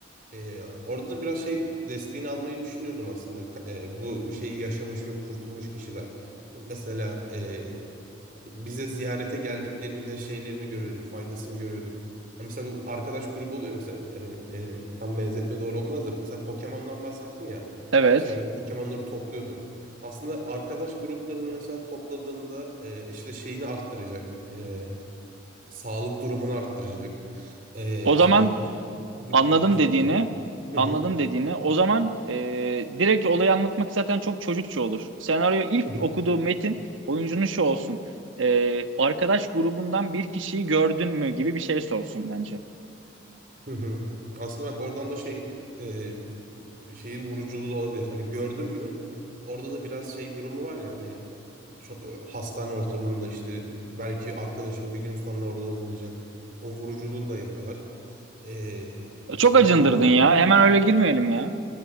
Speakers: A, on the right (about 45°); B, on the right (about 80°).
A: ee, orada da biraz şey desteğini almayı düşünüyordum aslında Ka- e, bu şeyi yaşamış ve kurtulmuş kişiden. Mesela e, bize ziyarete geldiklerinde şeylerini görüyorduk, faydasını görüyorduk. Yani mesela bu arkadaş grubu oluyor mesela yani e, tam benzetme doğru olmaz da mesela Pokemon'dan bahsettin ya.
B: Evet.
A: İşte böyle Pokemon'ları topluyordun. Aslında arkadaş gruplarını mesela topladığında e, işte şeyini arttıracak. e, sağlık durumunu arttıracak. E,
B: O
A: işte
B: zaman
A: gibi
B: Anladım
A: başka
B: dediğini,
A: ne var?
B: anladım
A: Hı
B: dediğini. O zaman e, direkt olayı anlatmak zaten çok çocukça olur. Senaryo ilk
A: hı.
B: okuduğu metin oyuncunun şu olsun. E, arkadaş grubundan bir kişiyi gördün mü gibi bir şey sorsun bence.
A: Hı hı. Aslında bak oradan da şey e, şeyi vuruculuğu da olabilir. Hani gördün mü? Orada da biraz şey durumu var ya hani ço- e, hastane ortamında işte belki arkadaşım bir gün sonra orada olmayacak. O vuruculuğunu da yakalar. E,
B: E,
A: işte
B: Çok acındırdın
A: ondan
B: ya. Hemen öyle girmeyelim ya.